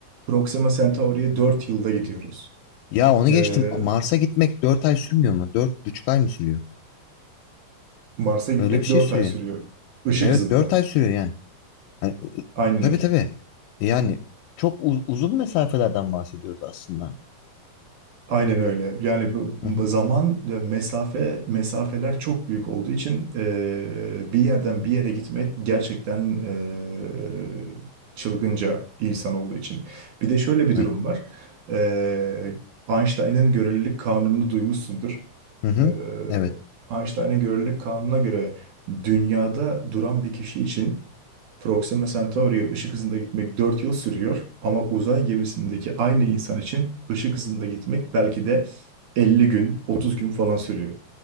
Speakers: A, on the right; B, on the left.
A: Proxima Centauri'ye 4 yılda gidiyoruz.
B: Ya onu
A: E,
B: geçtim. Mars'a gitmek 4 ay sürmüyor mu? Dört buçuk ay mı sürüyor?
A: Mars'a gitmek
B: Öyle bir şey
A: 4
B: sürüyor.
A: ay sürüyor. Işık
B: Evet
A: hızında.
B: 4 ay sürüyor yani. Hani, ı- ı-
A: Aynen
B: tabii
A: öyle.
B: tabii. Yani çok u- uzun mesafelerden bahsediyoruz aslında.
A: Aynen öyle. Yani bu- bu
B: Hı hı.
A: zaman ve mesafe mesafeler çok büyük olduğu için eee, bir yerden
B: Hı.
A: bir yere gitmek gerçekten eee, çılgınca insan olduğu için. Bir de şöyle bir durum
B: Evet.
A: var. Eee Einstein'ın görelilik kanununu duymuşsundur.
B: Hı hı.
A: Eee
B: Evet.
A: Einstein'ın görelilik kanununa göre dünyada duran bir kişi için Proxima Centauri'ye ışık hızında gitmek 4 yıl sürüyor ama uzay gemisindeki aynı insan için ışık hızında gitmek belki de 50 gün, 30 gün falan sürüyor.